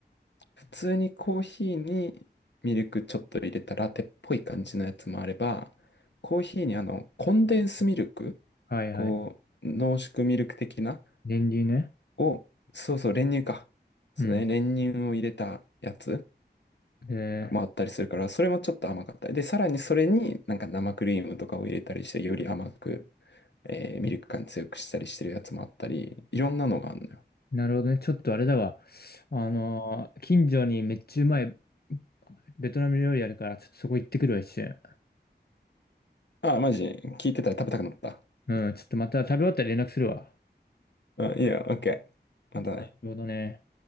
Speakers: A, on the left (about 80°); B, on the left (about 60°).
A: 普通にコーヒーにミルクちょっと入れたラテっぽい感じのやつもあれば、コーヒーにあの、コンデンスミルク、
B: はいはい。
A: こう、濃縮ミルク的な、
B: 練乳ね。
A: を、そうそう、練乳か。そうだね、
B: うん。
A: 練乳を入れたやつ。
B: え
A: もあったりするから、それもちょっと甘かったり。で、さらにそれになんか生クリームとかを入れたりして、より甘く、えーミルク感強くしたりしてるやつもあったり、いろんなのがあるのよ。
B: ー、なるほどね。ちょっとあれだわ。あのー近所にめっちゃうまいベトナム料理あるから、ちょっとそこ行ってくるわ、一瞬。
A: ああ、マジ、聞いてたら食べたくなった。
B: うん、ちょっとまた食べ終わったら連絡するわ。
A: うん、いいよ、オッケー。またね。
B: なるほどね。